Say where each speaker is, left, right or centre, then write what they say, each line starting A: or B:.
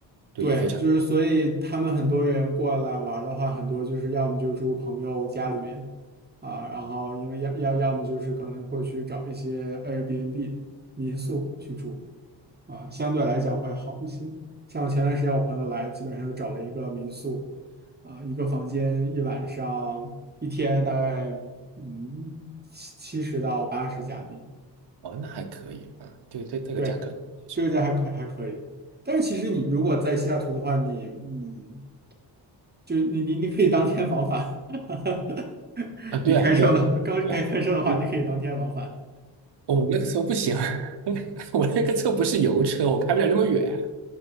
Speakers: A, on the right; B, on the right.
A: 对，
B: 对，
A: 也非常
B: 就是所以他们很多人过来玩儿的话，很多就是要么就住朋友家里面啊，然后因为要要要么就是可能会去找一些 Airbnb 民宿去住啊，相对来讲会好一些。像我前段时间我朋友来，基本上就找了一个民宿啊，一个房间一晚上一天大概嗯七七十到八十加币，
A: 哦，那还可以啊，这个这这个价格是
B: 对，这个价还可还可以。但是其实你如果在西雅图的话，你嗯。就是你你你可以当天往返，<laughs>
A: 啊，对啊对啊
B: 你开车了，刚该开车的话，
A: 对啊，对
B: 你可以当天往返。
A: 哦我那个车不行，<laughs> 我那个车不是油车，我开不了那么远，